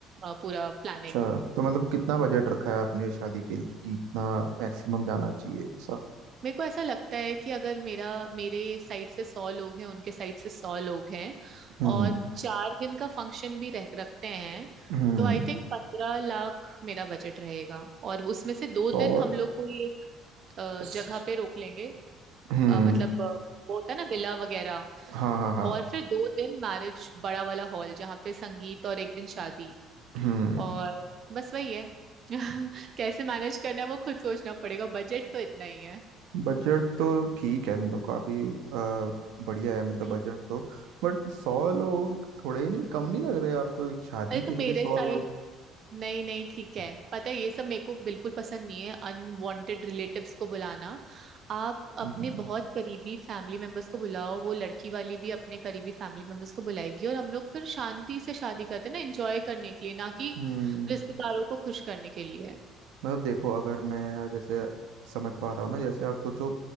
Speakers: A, on the right; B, on the right.
A: अ, पूरा प्लानिंग
B: अच्छा तो मतलब कितना बजट रखा है आपने शादी के लिए कि इतना मैक्सिमम जाना चाहिए ऐसा
A: मेरे को ऐसा लगता है कि अगर मेरा मेरे साइड से सौ लोग हैं उनके साइड से सौ लोग हैं
B: हम्म
A: और चार दिन का फंक्शन भी रख रखते हैं
B: हम्म
A: तो आई थिंक पंद्रह लाख मेरा बजट रहेगा और उसमें से दो
B: तो
A: दिन हम लोग कोई एक अ,
B: स-
A: जगह पे रोक लेंगे
B: हम्म
A: अ, मतलब अ, वो होता है ना विला वगैरह
B: हाँ हाँ हाँ
A: और फिर दो दिन मैरिज बड़ा वाला हॉल जहाँ पे संगीत और एक दिन शादी
B: हम्म
A: और बस वही है <laughs> कैसे मैनेज करना है वो खुद सोचना पड़ेगा बजट तो इतना ही है
B: बजट तो ठीक है मतलब काफी अ, बढ़िया है मतलब
A: हम्म
B: बजट तो बट सौ लोग थोड़े नहीं कम नहीं लग रहे आपको एक शादी
A: अरे तो
B: के लिए
A: मेरे
B: सौ
A: साइड
B: लोग
A: नहीं नहीं ठीक है पता है ये सब मेरे को बिल्कुल पसंद नहीं है अनवांटेड रिलेटिव्स को बुलाना आप अपने
B: हम्म
A: बहुत करीबी फैमिली मेंबर्स को बुलाओ वो लड़की वाली भी अपने करीबी फैमिली मेंबर्स को बुलाएगी और हम लोग फिर शांति से शादी करते हैं ना एंजॉय करने के लिए ना कि
B: हम्म
A: रिश्तेदारों को खुश करने के लिए
B: मतलब देखो अगर मैं जैसे समझ पा रहा हूँ ना जैसे आप सोचो